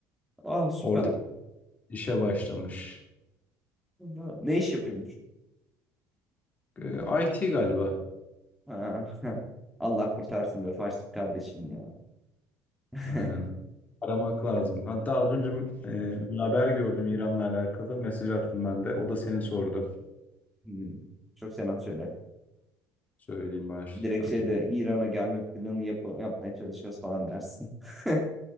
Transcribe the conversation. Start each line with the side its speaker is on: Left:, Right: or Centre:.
Centre: Ah süper.
Left: Orada işe başlamış.
Centre: Aha. Ne iş yapıyormuş?
Left: Ee, IT galiba.
Centre: Ha, <laughs> Allah kurtarsın be Farşit kardeşim ya. <laughs>
Left: Aynen. Aramak lazım. Hatta az önce e, bir haber gördüm İran'la alakalı. Mesaj attım ben de. O da seni sordu.
Centre: Hmm. Çok selam söyle.
Left: Söyleyeyim başta.
Centre: Direkt şeyde İran'a gelme planı yap- yapmaya çalışıyoruz falan dersin. <laughs>